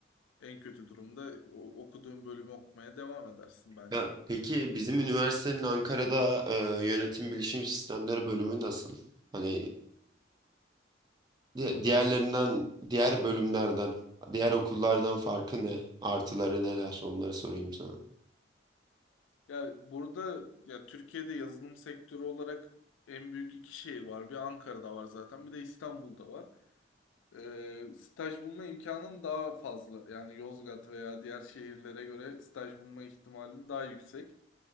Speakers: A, on the left (about 85°); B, on the right (about 20°).
A: En kötü durumda o- okuduğun bölümü okumaya devam edersin bence.
B: Ya peki bizim üniversitenin Ankara'da e, yönetim bilişim sistemleri bölümü nasıl? Hani e, di- diğerlerinden, diğer bölümlerden, diğer okullardan
A: Hı
B: farkı
A: hı.
B: ne? Artıları neler? Onları sorayım sana.
A: Ya burada ya Türkiye'de yazılım sektörü olarak en büyük iki şehir var. Bir Ankara'da var zaten, bir de İstanbul'da var. Ee, staj bulma imkanın daha fazla. Yani Yozgat veya diğer şehirlere göre staj bulma ihtimalin daha yüksek.